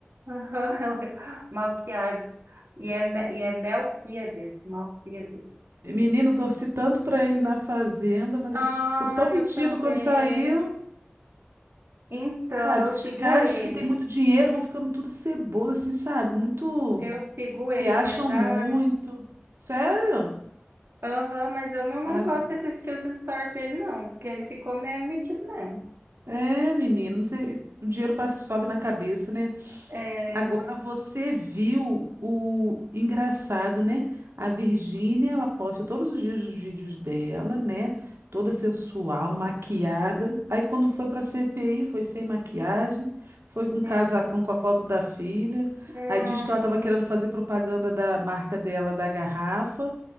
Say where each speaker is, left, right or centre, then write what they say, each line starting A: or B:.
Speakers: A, on the right; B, on the right.
A: Aham, Eu- Malquiades. E é, Me- e é Melquiades, Malquiades.
B: Menino, torci tanto pra ele na fazenda, mas
A: Ah,
B: ach- ficou tão
A: eu
B: metido
A: também.
B: quando saiu.
A: Então,
B: Sabe,
A: eu
B: esses
A: sigo
B: caras
A: ele.
B: que têm muito dinheiro vão ficando tudo ceboso, assim, sabe? Muito.
A: Eu sigo ele,
B: Se acham
A: mas ai.
B: muito. Sério?
A: Aham, mas eu não, não
B: Ag-
A: gosto de assistir os stories dele, não, porque ele ficou meio metido mesmo.
B: É, menino, não sei. O dinheiro parece que sobe na cabeça, né?
A: É.
B: Agora você viu o engraçado, né? A Virgínia, ela posta todos os dias os vídeos dela, né? Toda sensual, maquiada. Aí quando foi pra CPI, foi sem maquiagem, foi com um casacão
A: Hum,
B: com a foto da filha.
A: hum,
B: Aí diz que ela tava querendo fazer propaganda da marca dela, da garrafa,